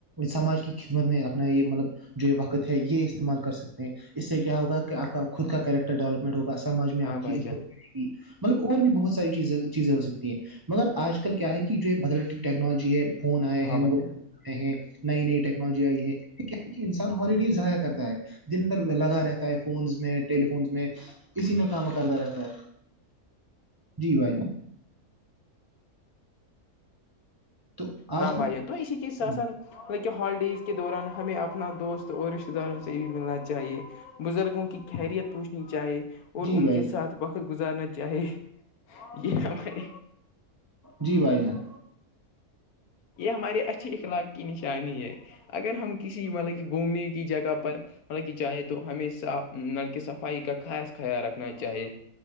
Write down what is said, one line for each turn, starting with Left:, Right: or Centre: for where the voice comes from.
Right: سماج کی خدمت میں اپنا یہ مطلب جو وقت ہے یہ استعمال کر سکتے ہیں اس سے کیا ہوگ کہ آپ کا خود کا کیریکٹر ڈیولپمنٹ ہوگا سماج میں
Left: ہاں
Right: آپ کی
Left: بھائی
Right: عت
Left: جان
Right: مطلب اور بھی بہت ساری چیزیں چیزیں ہو سکتی ہیں مگر آج کل کیا ہے کہ جو بدلتی ٹیکنالوجی ہے فون آئے
Left: ہاں
Right: ہیں
Left: بھائی
Right: موبائل
Left: جان
Right: ف آئے ہیں نئی نئی ٹیکنالوجی آئی ہے انسان ہالیڈی ضائع کرتا ہے دن بھر لگا رہتا ہے فونس میں ٹیلیفونس میں اسی میں کام کرتا رہتا ہے جی بھائی جان تو
Left: ہاں
Right: آج
Left: بائیان تو اسی چیز
Right: کا-
Left: سے سر مطکہ ہالیڈیز کے دوران ہمیں اپنا دوست اور رشتتے داروں سے بھی ملنا چاہیے بزرگوں کی خیریت پوچھنی چاہے اور
Right: جی
Left: ان
Right: بھائی
Left: کے
Right: جان
Left: ساتھ وقت گزارنا چاہے یہ ہمارے
Right: جی بھائی جان
Left: یہ ہمارے اچھے اخلاق کی نشانی ہے اگر ہم کسی مطلب کہ گھومنے کی جگہ پر مطلب کہ چاہے تو ہمیشہ نلک صفائی کا خاص خیال رکھنا چاہیے